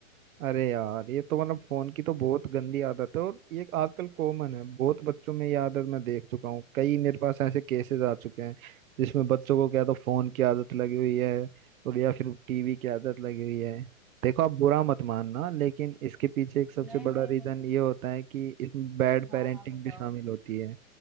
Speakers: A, on the right; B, in the centre.
A: अरे यार ये तो मतलब फोन की तो बहुत गंदी आदत है और ये आजकल कॉमन है बहुत बच्चों में ये आदत मैं देख चुका हूँ कई मेरे पास ऐसे केसेस आ चुके हैं जिसमें बच्चों को क्या तो फोन की आदत लगी हुई है और या फिर टीवी की आदत लगी हुई है देखो आप बुरा मत मानना लेकिन इसके पीछे एक सबसे
B: नहीं
A: बड़ा
B: नहीं
A: रीजन ये होता है कि इसमें बैड पेरेंटिंग
B: हाँ हाँ बताओ
A: भी शामिल होती है